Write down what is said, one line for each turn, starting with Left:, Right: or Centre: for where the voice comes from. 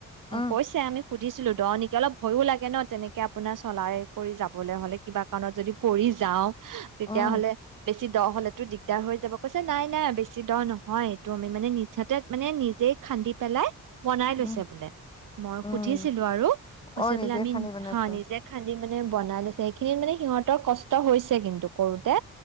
Left: উম
Right: কৈছে আমি সুধিছিলো দ নেকি অলপ ভয়ো লাগে ন তেনেক কে আপোনাৰ চলায়ে পৰি যাবলৈ হলে কিবা কাৰণত যদি পৰি যাওঁ আহ তেতিয়াহ'লে
Left: উম
Right: বেছ দ হলেতো দিগদাৰ হৈ যাব কৈছে নাই নাই বেছি দ নহয় এইটো আমি মানে নিচতে মানে নিজেই খান্দি পেলাই বনাই লৈছে
Left: উম
Right: বোলে মই
Left: উম
Right: সুধিছিলো আৰু কৈছে
Left: অ
Right: বোলে
Left: নিজে
Right: আমি
Left: খান্দি বনাইছে
Right: হা নিজে খান্দিম মানে বনাই লৈছে সেইখিনিত মানে সিহঁতৰ কষ্ট হৈছে কিন্তু কৰোতে